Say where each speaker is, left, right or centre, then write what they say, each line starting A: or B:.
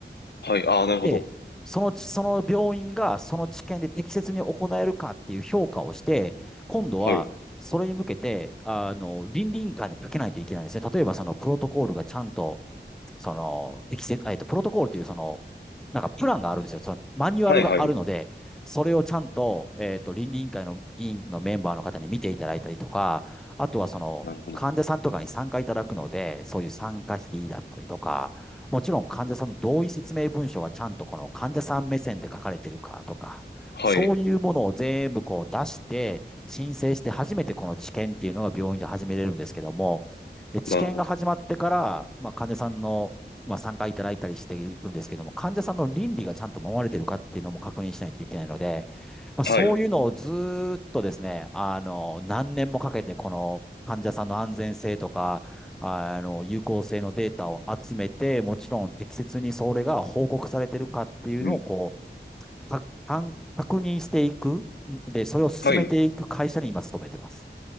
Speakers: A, on the left; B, in the centre.
A: はい、ああ、なるほど。
B: で、その、その病院がその知見で適切に行えるかっていう評価をして、今度は、
A: はい、
B: それに向けて、あの、倫理委員会にかけないといけないんですね。例えば、そのプロトコールがちゃんとその、適切、えっと、プロトコールという、その、なんかプランがあるんですよ。そのマニュアルがあるので、
A: はい、はい、
B: それをちゃんと、えっと、倫理委員会の委員のメンバーの方に見ていただいたりとか、あとはその、
A: なるほど。
B: 患者さんとかに参加いただくので、そういう参加費だったりとか、もちろん患者さんの同意説明文書がちゃんとこの患者さん目線で書かれてるかとか、
A: はい、
B: そういうものを全部こう出して、申請して初めてこの治験っていうのが病院で始めれるんですけども、で、治験が始まってから、
A: なるほど。
B: まあ、患者さんの、まあ、参加いただいたりしていくんですけども、患者さんの倫理がちゃんと守られてるかっていうのも確認しないといけないので、まあ、そういうのをずーっとですね、
A: はい、
B: あの、何年もかけて、この患者さんの安全性とか、あの、有効性のデータを集めて、もちろん適切にそれが報告されてるかっていうのを、
A: うん、
B: こう、か、かん確認していく。で、それを進めていく会社に今勤めてます。
A: はい、